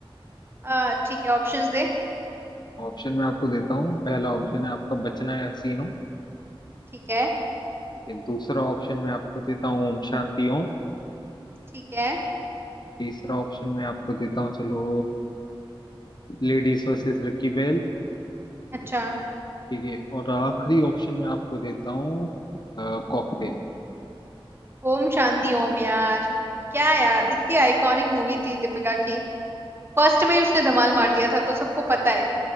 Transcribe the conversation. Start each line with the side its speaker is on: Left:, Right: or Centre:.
Right: आ ठीक है ऑप्शंस दे
Left: ऑप्शन मैं आपको देता हूँ पहला ऑप्शन है आपका बचना है हसीनो
Right: ठीक है
Left: ठीक है दूसरा ऑप्शन मैं आपको देता हूँ ओम शांति ओम
Right: ठीक है
Left: तीसरा ऑप्शन मैं आपको देता हूँ चलो लेडीज वर्सेस रिकी बेल
Right: अच्छा
Left: ठीक है और आखिरी ऑप्शन मैं आपको देता हूँ कॉकटेल
Right: ओम शांति ओम यार क्या यार इतनी आइकॉनिक मूवी थी दीपिका की फर्स्ट में ही उसने धमाल मार दिया था तो सबको पता है